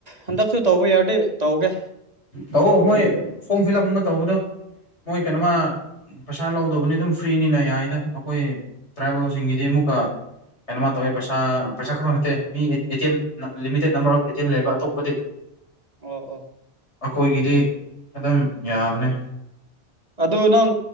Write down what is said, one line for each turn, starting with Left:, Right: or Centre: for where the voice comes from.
Right: ꯍꯟꯗꯛꯁꯨ ꯇꯧꯕ ꯌꯥꯔꯗꯤ ꯇꯧꯒꯦ
Left: ꯇꯧꯑꯣ ꯃꯣꯏ ꯐꯣꯔꯝ ꯐꯤꯜ ꯑꯞ ꯑꯃ ꯇꯧꯕꯗꯣ ꯃꯣꯏ ꯀꯩꯅꯣꯃ ꯄꯩꯁꯥ ꯂꯧꯗꯕꯅꯤ ꯑꯗꯨꯝ ꯐ꯭ꯔꯤꯅꯤꯅ ꯌꯥꯏꯗ ꯑꯩꯈꯣꯏ ꯇ꯭ꯔꯥꯏꯕꯦꯜꯁꯤꯡꯒꯤꯗꯤ ꯑꯃꯨꯛꯀ ꯀꯩꯅꯣꯃ ꯇꯧꯋꯦ ꯄꯩꯁꯥ ꯄꯩꯁꯥ ꯈꯔꯕ ꯅꯠꯇꯦ ꯃꯤ ꯑꯦ ꯑꯦ ꯇꯤ ꯑꯦꯝ ꯅ limited number of A T M ꯂꯩꯕ ꯑꯇꯣꯞꯄꯗꯤ
Right: ꯑꯣ ꯑꯣ
Left: ꯑꯩꯈꯣꯏꯒꯤꯗꯤ ꯑꯗꯨꯝ ꯌꯥꯕꯅꯦ
Right: ꯑꯗꯨ ꯅꯪ